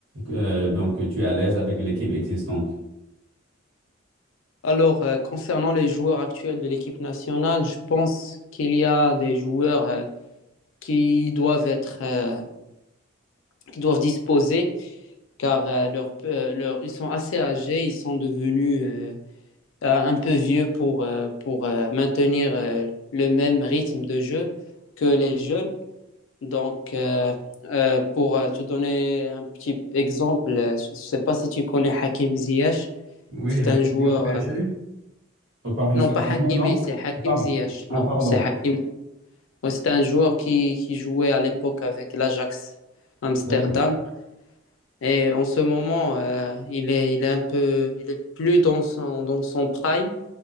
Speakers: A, on the right; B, on the left.
A: euh, donc, tu es à l'aise avec l'équipe existante?
B: alors, euh, concernant les joueurs actuels de l'équipe nationale, je pense qu'il y a des joueurs euh, qui doivent être, euh, qui doivent disposer, car euh, leur, euh, leur- ils sont assez âgés, ils sont devenus euh, euh, un peu vieux pour, euh, pour euh, maintenir euh, le même rythme de jeu que les jeunes. Donc, euh, euh, pour euh, te donner un petit exemple, euh, je ne sais pas si tu connais Hakim Ziyech.
A: Oui,
B: C'est
A: Hakimi
B: un joueur,
A: au PSG.
B: euh,
A: Au Paris
B: non
A: Saint-Germain,
B: pas Hakimi,
A: non?
B: c'est Hakim
A: Pardon.
B: Ziyech.
A: Ah,
B: Non,
A: pardon.
B: c'est Hakim. Ouais, C'est un joueur qui, qui jouait à l'époque avec l'Ajax Amsterdam.
A: D'accord.
B: Et en ce moment, euh, il est, il est un peu, il est plus dans son, dans son prime.